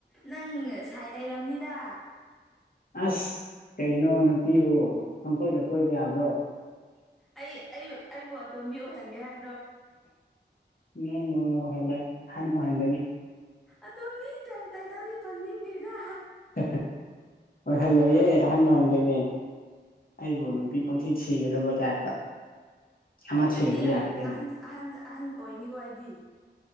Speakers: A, in the centre; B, on the left.
A: ꯅꯪ ꯁꯥꯏ ꯂꯩꯔꯝꯅꯤꯗ
B: ꯑꯁ ꯀꯩꯅꯣ ꯅꯨꯄꯤꯕꯨ ꯄꯪꯀꯣꯏꯗ ꯀꯣꯏꯕ ꯌꯥꯕ꯭ꯔꯣ
A: ꯑꯩ ꯑꯩ ꯑꯩꯕꯨ ꯑꯇꯣꯟꯕꯤ ꯑꯣꯏꯍꯟꯒꯦ ꯍꯥꯏꯕ
B: ꯅꯣ ꯅꯣ ꯅꯣ ꯑꯣꯏꯍꯜꯂꯦꯏ ꯑꯍꯟ ꯑꯣꯏꯍꯟꯒꯅꯤ
A: ꯑꯇꯣꯝꯕꯤꯒꯤ ꯇꯥꯏꯜ ꯇꯥꯏꯇꯜꯗꯤ ꯐꯪꯅꯤꯡꯗꯦꯗ
B: ꯍꯦꯍꯦ ꯑꯣꯏ ꯍꯜꯂꯣꯏꯌꯦ ꯑꯍꯟ ꯑꯣꯏꯍꯟꯗꯣꯏꯅꯦ ꯑꯩꯕꯨ ꯅꯨꯄꯤ ꯄꯪꯊꯤ ꯊꯤꯗꯧꯕꯩ ꯇꯥꯏꯞꯇ ꯑꯃ ꯊꯤꯔꯗꯤ
A: ꯑꯩꯗꯤ ꯑꯍꯟ
B: ꯌꯥꯔꯦ ꯀꯩꯅꯣ
A: ꯑꯍꯟ ꯑꯍꯟ ꯑꯣꯏꯅꯤꯀꯣ ꯑꯩꯗꯤ